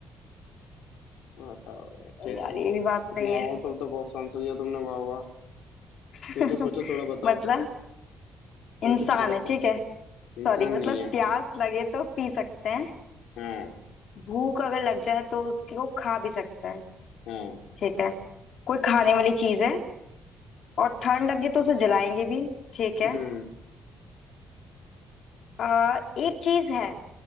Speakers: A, on the left; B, on the left.
A: बताओ यार कैसा
B: यार ये भी बात सही
A: इतना
B: है
A: out of the box answer दिया तुमने वाह वाह
B: <laughs>
A: सोचो सोचो थोड़ा बताओ
B: मतलब इंसान
A: सोचो थोड़ा
B: है
A: तो
B: ठीक है
A: इंसान
B: सॉरी मतलब
A: नहीं है
B: प्यास लगे तो पी सकते हैं
A: हाँ
B: भूख अगर लग जाए तो उसको खा भी सकते हैं
A: हाँ
B: ठीक है कोई खाने वाली चीज है और ठंड लगी तो उसे जलाएंगे भी ठीक है
A: हम्म,
B: आ, एक चीज है